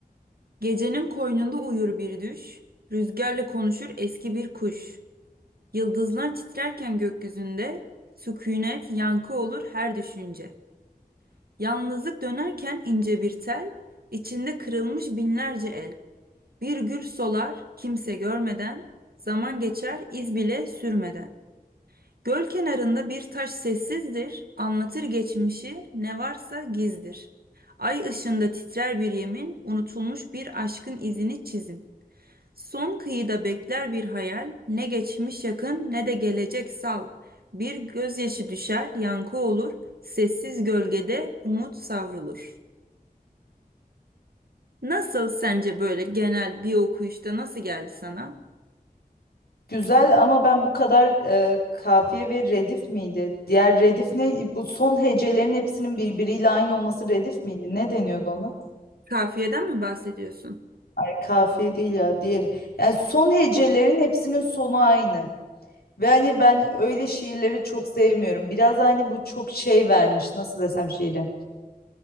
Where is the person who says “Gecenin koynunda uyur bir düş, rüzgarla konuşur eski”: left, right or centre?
Right